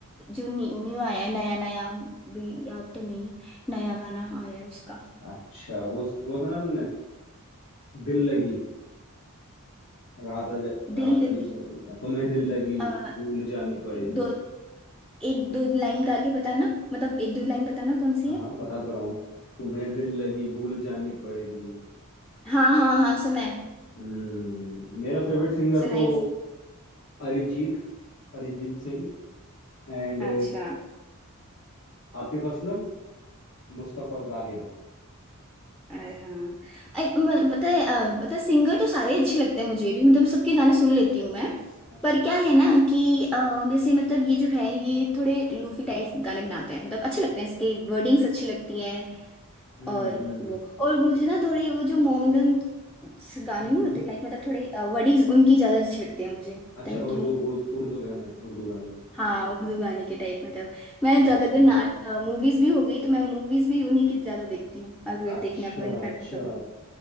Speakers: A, in the centre; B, on the left.
A: जो न्यू न्यू आया है नया नया भी याद तो नहीं है नया गाना आया है उसका
B: अच्छा वो वो सुना तुमने दिल लगी राहत अली राहत
A: दिल
B: अली
A: लगी
B: तुम्हें दिल लगी
A: आ,
B: भूल जानी पड़ेगी
A: दो एक दो लाइन गा के बताना मतलब एक दो लाइन बताना कौन सी है
B: हाँ बता तो रहा हूँ तुम्हें दिल लगी भूल जानी पड़ेगी
A: हाँ हाँ हाँ सुना है
B: हम्म, मेरा फेवरेट सिंगर
A: सुना
B: तो
A: है
B: अरिजीत अरिजीत सिंह एंड
A: अच्छा
B: आतिफ असलम मुस्तफा जाहिद
A: अरे हाँ अरे म- पता है अ, पता है सिंगर तो सारे ही अच्छे लगते हैं मुझे भी मतलब सबके गाने सुन लेती हूँ मैं
B: अच्छा
A: पर क्या है ना कि अ, जैसे मतलब ये जो है ये थोड़े लूफी टाइप गाने बनाते हैं मतलब अच्छे लगते हैं इसके वर्डिंग्स अच्छी लगती हैं
B: हम्म
A: और
B: हम्म
A: वो और मुझे ना थोड़े वो जो मोमडन गाने
B: हम्म
A: नहीं होते लाइक मतलब थोड़े वर्डिंग्स उनकी ज़्यादा अच्छी लगती है मुझे पता
B: अच्छा
A: नहीं
B: उर्दू
A: क्यों
B: उर्दू उर्दू गाने उर्दू गाने
A: हाँ उर्दू गाने के टाइप मतलब मैं
B: अच्छा
A: ज़्यादातर नाट मूवीज भी हो गई तो मैं मूवीज भी उन्हीं की ज़्यादा देखती हूँ अगर
B: अच्छा
A: देखना बंद कर
B: अच्छा
A: दूँ कभी